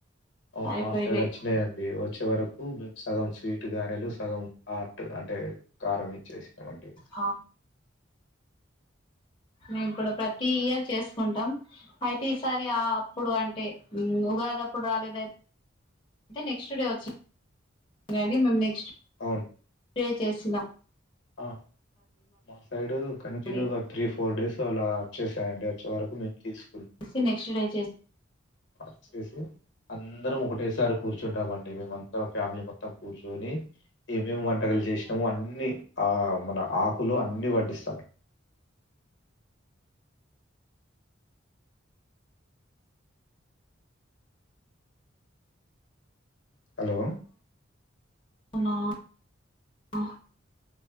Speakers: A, on the left (about 60°); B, on the left (about 25°).
A: ఆ
B: అయిపోయినాయి
A: మా సైడ్ వచ్చినాయండి వచ్చే వరకు మేము సగం స్వీట్ గారెలు సగం హాట్ అంటే కారం ఇచ్చేసినవంటి
B: అ మేము కూడా ప్రతి ఇయర్ చేసుకుంటాం అయితే, ఈసారి అప్పుడు అంటే ఉగాది అప్పుడు రాలేదు అయితే అయి తే నెక్స్ట్ డే వచ్చి గానీ మేం నెక్స్ట్
A: అవున్
B: <inaudible> చేసినం
A: ఆ మాసైడు కంటిన్యూగా
B: మళ్ళీ
A: త్రీ ఫోర్ డేస్ అల్ రాద్ వచ్చేసాయండి వచ్చే వరకు మే తీస్
B: ష్ నెక్స్ట్ డే చేస్
A: <inaudible> అందరం ఒకటేసారి కూర్చుంటామండి మేము మొత్తం ఫ్యామిలీ మో తం కూర్చొని ఏమేమి వంటకాలు చేసినామో అన్ అన్ని ఆ మన ఆకులో అన్ని వడ్డిస్తాం హలో
B: అవునా ఆ